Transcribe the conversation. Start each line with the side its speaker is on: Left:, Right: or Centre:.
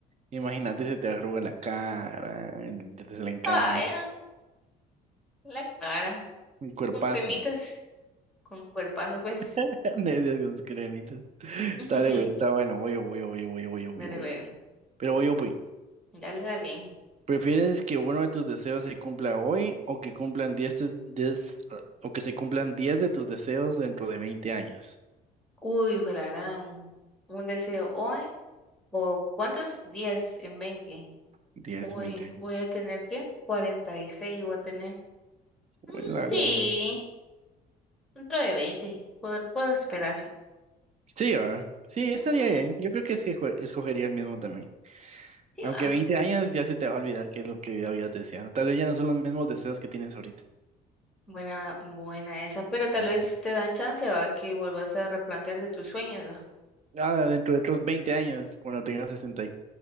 Right: Imagínate, se te arruga la cara, el- te se le encanta,
Centre: Ah, ya, la cara.
Right: un cuerpazo.
Centre: Con cremitas, con cuerpazo, pues.
Right: <laughs> De esas con cremitas.
Centre: <laughs>
Right: Dale, güey, está bueno. Voy yo, voy yo, voy yo, voy yo, voy yo,
Centre: Dale,
Right: voy yo, voy
Centre: veo.
Right: yo, Pero voy yo, voy.
Centre: Dale, dale.
Right: ¿Prefieres que uno de tus deseos se cumpla hoy o que cumplan diez te- 10 o que se cumplan 10 de tus deseos dentro de 20 años?
Centre: Uy, juelarán. Un deseo hoy. ¿O cuántos? diez en veinte,
Right: diez
Centre: Uy,
Right: veinte años.
Centre: voy a tener que seis voy a tener.
Right: Bueno,
Centre: Mm,
Right: la
Centre: sí,
Right: gran-
Centre: dentro de 20, Poder, puedo esperar.
Right: Sí, ¿verdad? Sí, estaría
Centre: Ujú,
Right: bien. Yo creo que es que escogería el mismo también.
Centre: Sí,
Right: Aunque
Centre: va.
Right: 20 años ya se te va a olvidar qué es lo que habías deseado. Tal vez ya no son los mismos deseos que tienes ahorita.
Centre: Buena, buena esa. Pero tal
Right: Mm.
Centre: vez te dan chance, va, que vuelvas a replantear de tus sueños, va.
Right: Ah, dentro de otros veinte años, cuando tengas sesenta y-